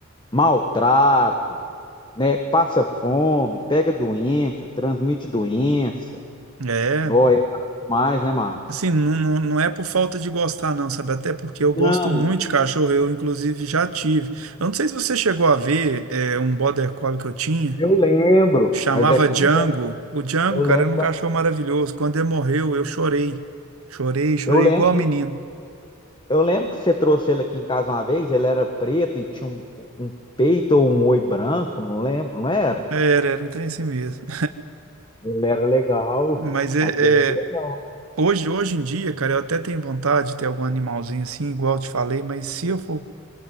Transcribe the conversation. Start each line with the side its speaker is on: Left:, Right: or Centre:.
Left: maltrato. né? Passa fome, pega doença, transmite doença.
Right: é.
Left: Nó, é mais, né, Márcio?
Right: Assim, não, não, não é por falta de gostar, não, sabe? Até porque eu
Left: Não,
Right: gosto muito
Left: isso,
Right: de cachorro, eu inclusive já tive. Eu não sei se você chegou a ver é, um border collie que eu tinha,
Left: eu lembro,
Right: chamava
Left: mas aqui
Right: Django.
Left: em casa,
Right: O Django,
Left: eu
Right: cara,
Left: lembro,
Right: era
Left: quando-
Right: um cachorro maravilhoso. Quando ele morreu, eu chorei. Chorei, chorei
Left: eu lembro
Right: igual
Left: de,
Right: menino.
Left: eu lembro que você trouxe ele aqui em casa uma vez, ele era preto e tinha um, um peito ou um oi branco, não lembro, não era?
Right: Era, era um trem assim mesmo.
Left: Ele era legal,
Right: Mas é,
Left: aquele era legal.
Right: é, hoje, hoje em dia, cara, eu até tenho vontade de ter algum animalzinho assim, igual eu te falei, mas se eu for,